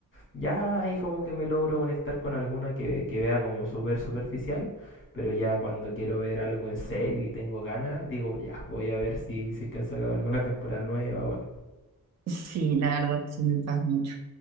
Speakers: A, on the left; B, on the right.
A: ya ahí como que me logro conectar con alguna que, que vea como súper superficial, pero ya cuando quiero ver algo en serio y tengo ganas, digo, ya, voy a ver si, si es que han sacado alguna temporada nueva o algo.
B: sí, la verdad sí me pasa mucho.